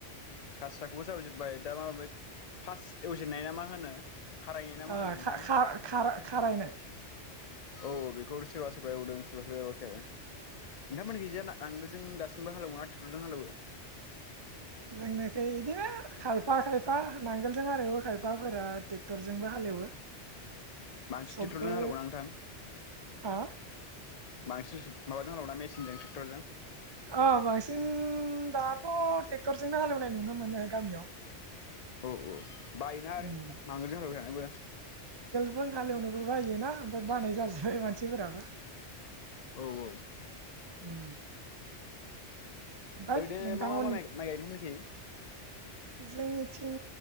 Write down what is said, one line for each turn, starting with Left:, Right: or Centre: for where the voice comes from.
Left: खासियाखौबो जावै जो बाय दा माबै फार्स्ट एवजेननाय ना मा होनो? खारायनाय ना मा
Right: ओ
Left: होनो नोंथां
Right: खा-खा-खारायनाय।
Left: औ बेखौ सोरबा सोरबा एउदों सोरबा सोरबा एउआखै आरो। नोंथांमोनिखैजा नांगोलजों दासिमबो हालेवो ना? टेकटरजों हालेवो।
Right: जोंनिखै इदिनो खायफा खायफा नांगोलजों हाल एवो खायफाफोरा ट्रेक्टरजोंबो हालेवो।
Left: बांसिन
Right: सबबो
Left: टेकटरजों हालेवोना नोंथां?
Right: हा
Left: बांसिन माबाजों हालेवो ना मेसिनजों ट्रेक्टरजों?
Right: अ बांसिन दाथ' ट्रेक्टरजोंनो हालेवनाय नुनो मोनो गामियाव।
Left: औ औ बायोना आरो
Right: उम
Left: बांद्राय मावबायथानोबो।
Right: जों हाल एवनोबो बायोना ओमफ्राय बानाय जाजोबबाय मानसिफोराबो।
Left: औ औ।
Right: उम। ओमफ्राय
Left: ओरैनो
Right: नोंथांमोन
Left: मा मा मा माइ गायदों मोननिखि?
Right: जोंनिथिं